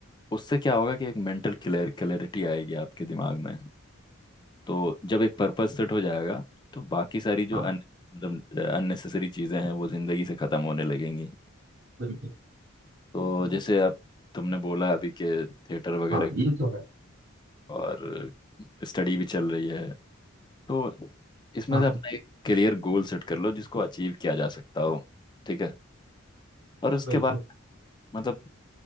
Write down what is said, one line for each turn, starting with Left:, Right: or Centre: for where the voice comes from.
Left: उससे क्या होगा कि एक मेंटल क्लियर क्लैरिटी आएगी आपके दिमाग में तो जब एक पर्पस सेट हो जाएगा तो बाकी सारी जो
Right: हाँ
Left: अन मतलब अननेसेसरी चीज़ें हैं वो ज़िंदगी से ख़त्म होने लगेंगी
Right: बिल्कुल
Left: तो जैसे आप तुमने बोला अभी के थिएटर वगैरह
Right: हाँ ये तो है
Left: और स्टडी भी चल रही है तो इसमें
Right: हाँ
Left: से
Right: हाँ,
Left: अपना एक क्लियर गोल सेट कर लो जिसको अचीव किया जा सकता हो ठीक है और उसके
Right: बिल्कुल
Left: बाद मतलब